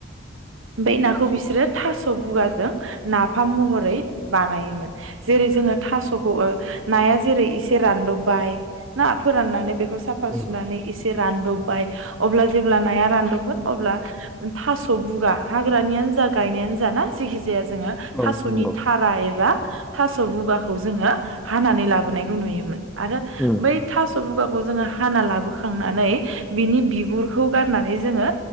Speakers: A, on the right; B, in the centre.
A: बे नाखौ बिसोरो थास बुगाजों नाफाम महरै बानायोमोन। <inaudible> जेरै जोङो थासखौ नाया जेरै इसे रानदबबाय ना फोराननानै बेखौ साफा
B: औ
A: सुनानै इसे बे रानदबबाय अब्ला जेब्ला नाया रानदबगोन अब्ला थास बुगा हाग्रानियानो जा गायनायानो जा ना जेखिजाया जाया जोङो
B: औ
A: थासनि
B: नंगौ
A: थारा एबा थास' बुगाखौ जोङो हानानै लाबोनायखौ नुयोमोन। आरो
B: उम
A: बै थास बुगाखौ खौ जोङो हाना लाबो खांनानै बिनि बिगुरखौ गारनानै जोङो